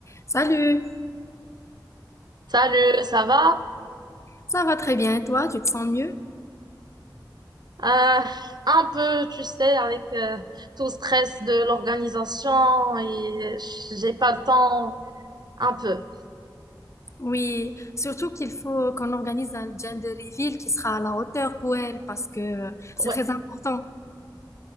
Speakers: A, on the left (about 35°); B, on the right (about 60°).
A: Salut,
B: Salut, ça va?
A: ça va très bien et toi, tu te sens mieux?
B: Euh, un peu, tu sais, avec euh, tout le stress de l'organisation et j'ai pas le temps, un peu.
A: Oui, surtout qu'il faut qu'on organise un gender reveal qui sera à la hauteur pour elle parce que c'est
B: Ouais,
A: très important.